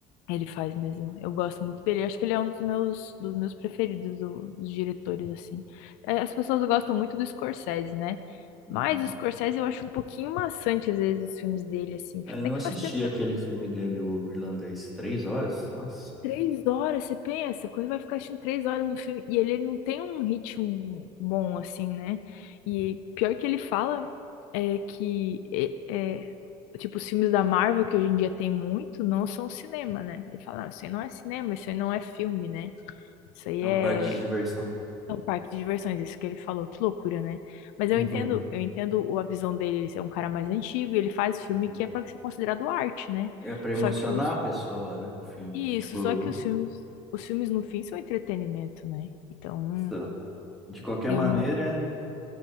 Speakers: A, on the left (about 75°); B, in the centre.
A: Ele faz mesmo. Eu gosto muito dele. Eu Acho que ele é um dos meus, dos meus preferidos do- dos diretores, assim. É, As pessoas gostam muito do Scorsese, né?
B: Uhum.
A: Mas o Scorsese eu acho um pouquinho maçante, às vezes, os filmes dele, assim.
B: É,
A: Até
B: Eu não
A: que
B: assisti
A: faz tempo que
B: aquele
A: eu não
B: filme dele, o Irlandês, três horas? Nossa.
A: Três horas, você pensa, quando vai ficar assistindo três horas no filme, e ele não tem um ritmo bom, assim, né? E pior que ele fala é que, é, é, tipo, os filmes da Marvel, que hoje em dia tem muito, não são cinema, né? Ele fala, "Ah, isso aí não é cinema, isso aí não é filme, né? Isso aí
B: É
A: é
B: um parque de diversão.
A: é um parque de diversões, isso que ele falou, que loucura, né? Mas
B: <laughs>
A: eu entendo, eu entendo o- a visão dele, ele é um cara mais antigo, e ele faz filme
B: Uhum.
A: que é pra ser considerado arte, né?
B: É pra emocionar
A: Só que os
B: a pessoa, né? O filme.
A: isso,
B: Tipo,
A: só que os filmes, os filmes no fim são entretenimento, né? Então, hum,
B: isso. de qualquer
A: eu
B: maneira,
A: não.